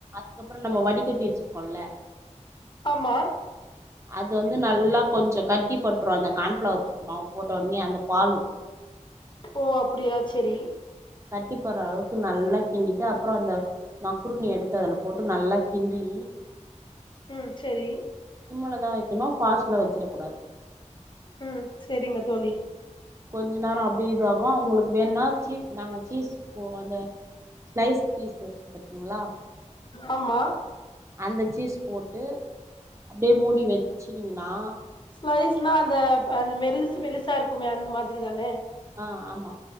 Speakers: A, on the right (about 25°); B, on the left (about 40°).
A: அதுக்கப்புறம் நம்ம வடிக்கட்டி வச்சுருக்கோம்ல
B: ஆமா
A: அது வந்து நல்லா கொஞ்சம் கட்டி பட்ரும் அந்த கான்ஃபிளவர் மாவு போட்ட உடனே அந்த பால்லு
B: ஓ அப்படியா செரி
A: கட்டிப்படுற அளவுக்கு நல்லா கிண்டிட்டு அப்புறம் அந்த மக்குருனிய எடுத்து அதுல போட்டு நல்லா கிண்டி
B: உம் செரி
A: சிம்மள தான் வைக்கணும் பாஸ்ல வச்சிட கூடாது
B: ம் செரிங்க தோழி
A: கொஞ்ச நேரம் அப்படியே இது ஆகும் அவங்களுக்கு வேணும்னா சீஸ் நாங்க சீஸ் போம் அந் ஸ்லைஸ் சீஸ் இருக்கு பாத்தீங்களா
B: ஆமா
A: அந்த சீஸ் போட்டு அப்படியே மூடி வச்சினீங்கன்னா
B: ஸ்லைஸ்னா அந்த அந்த மெல் மெலிசா இருக்குமே அந்த மாதிரி தானே
A: ஆஹ் ஆமா